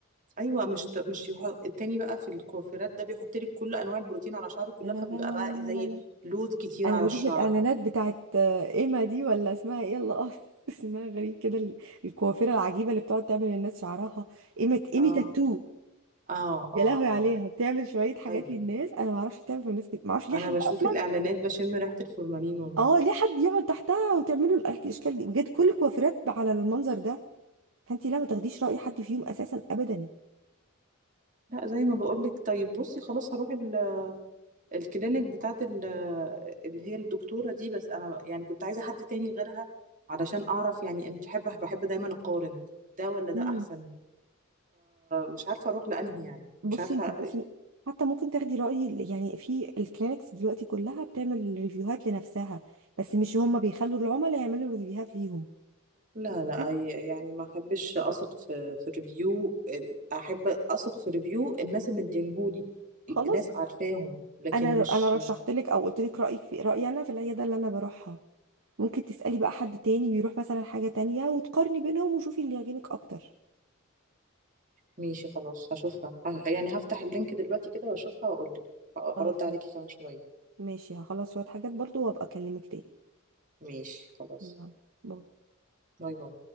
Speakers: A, on the right; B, on the right.
A: ايوه مش ت- مش يح- التاني بقى في الكوافيرات ده بيحط لك كل انواع البروتين على شعرك كلها
B: لا لا
A: فبيبقى
B: لا لا
A: بقى
B: لا
A: زي
B: لا لا
A: لود كتير
B: انا
A: على
B: بشوف
A: الشعر
B: الاعلانات بتاعت آه، ايما دي ولا اسمها ايه الله أعرف. <laughs> اسمها غريب كده ال- الكوافيره العجيبه اللي بتقعد تعمل للناس شعرها ايما ايمي
A: اه
B: تاتو
A: اه
B: يا
A: اه
B: لهوي عليها
A: اه
B: بتعمل شوية حاجات
A: ايوه
B: للناس أنا ما أعرفش بتعمل في الناس كده ما أعرفش ليه
A: انا
B: حد
A: بشوف
B: أصلا
A: الاعلانات بشم ريحه الفورمالين والله
B: أه ليه حد يقعد تحتها وتعمله الأك- الأشكال دي بجد كل الكوافيرات على المنظر ده فأنت لا ما تاخديش رأي حد فيهم أساسا أبدا
A: لا زي ما بقولك طيب بصي خلاص هروح ال- الكلينيك بتاعت ال- اللي هي الدكتوره دي بس انا يعني كنت عايزه حد تاني غيرها علشان اعرف يعني انا بحب بحب دايما اقارن ده ولا ده
B: امم
A: احسن مش عارفه اروح لانهي يعني
B: بصي
A: مش عارفه
B: أنت ممكن حتى ممكن تاخدي رأي ال- يعني في الكلينكس دلوقتي كلها بتعمل ريفيوهات لنفسها بس مش هما بيخلوا العملاء يعملوا ريفيوهات ليهم
A: لا لا
B: حلو؟
A: أي- يعني ما احبش اثق في في ريفيو احب اثق في ريفيو الناس اللي مدينهولي
B: خلاص
A: ناس عارفاهم لكن
B: أنا
A: مش
B: أنا رشحت لك أو قلت لك رأيك في رأيي أنا في العيادة اللي أنا بروحها ممكن تسألي بقى حد تاني بيروح مثلا حاجة تانية وتقارني بينهم وشوفي اللي يعجبك أكتر
A: ماشي خلاص هشوفها ه- يعني هفتح اللينك دلوقتي كده واشوفها واقول لك هرد
B: خلاص تمام
A: عليكي كمان شوية
B: ماشي هخلص شوية حاجات برضو وأبقى أكلمك تاني
A: ماشي خلاص
B: يلا. باي
A: باي باي